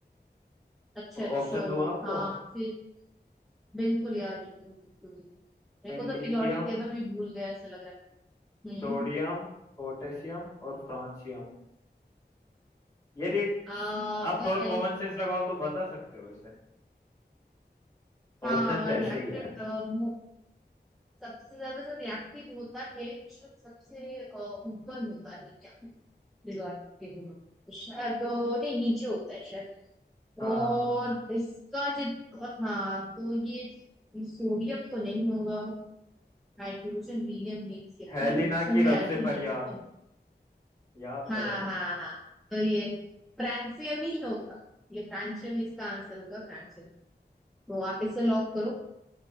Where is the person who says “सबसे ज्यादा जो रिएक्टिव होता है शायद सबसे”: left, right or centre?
Centre